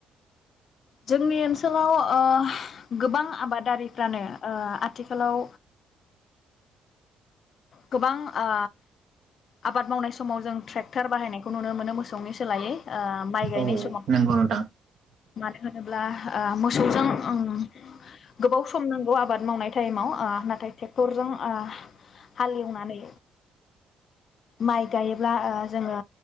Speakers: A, on the left; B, on the right.
A: जोंनि ओनसोलाव ओ गोबां आबादारिफ्रानो ओ आथिखालाव गोबां ओ आबाद मावनाय समाव जों ट्रेक्टार बाहायनायखौ नुनो मोनो मोसौनि लायै ओ माइ गायनाय
B: औ
A: समाव
B: नंगौ नोंथां
A: मानो होन होनोब्ला ओ मोसौजों ओम गोबाव सम नांगौ आबाद आबाद मावनाय टाइमाव ओ नाथाय ट्रेक्टरजों ओ हालेवनानै माइ गायोब्ला ओ जोङो